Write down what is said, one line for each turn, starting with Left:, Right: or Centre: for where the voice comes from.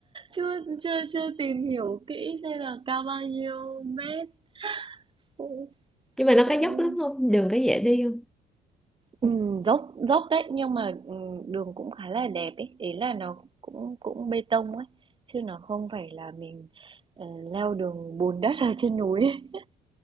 Right: chưa chưa chưa tìm hiểu kỹ xem là cao bao nhiêu mét, cũng
Centre: Nhưng mà nó
Right: cũng
Centre: có dốc lắm không? Đường có dễ đi không?
Right: Ừm, dốc dốc đấy nhưng mà ừm, đường cũng khá là đẹp ấy ý là nó cũng cũng bê tông ấy chứ nó không phải là mình ờ, leo đường bùn đất ở trên núi ấy. <laughs>